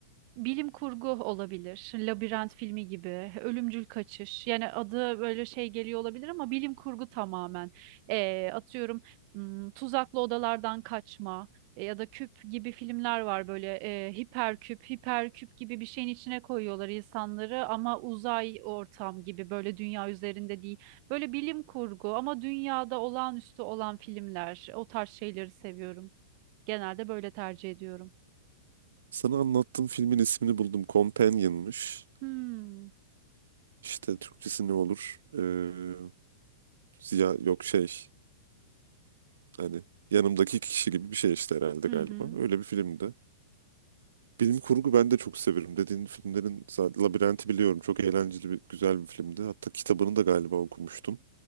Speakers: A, on the right (about 45°); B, on the right (about 70°).
A: Bilim kurgu olabilir. Labirent filmi gibi, Ölümcül Kaçış. Yani adı böyle şey geliyor olabilir ama bilim kurgu tamamen. Ee, atıyorum hmm, tuzaklı odalardan kaçma e, ya da küp gibi filmler var böyle e, hiperküp, hiperküp gibi bir şeyin içine koyuyorlar insanları ama uzay ortam gibi böyle dünya üzerinde değil. Böyle bilim kurgu ama dünyada olağanüstü olan filmler. O tarz şeyleri seviyorum. Genelde böyle tercih ediyorum.
B: Sana anlattığım filmin ismini buldum. Companion'mış.
A: Hmm.
B: İşte Türkçesi ne olur? Ee, ziya yok şey hani yanımdaki kişi gibi bir şey işte herhalde
A: Hı
B: galiba.
A: hı.
B: Öyle bir filmdi. Bilim kurgu ben de çok severim. Dediğin filmlerin zaten Labirenti biliyorum. Çok eğlenceli bir güzel bir filmdi. Hatta kitabını da galiba okumuştum.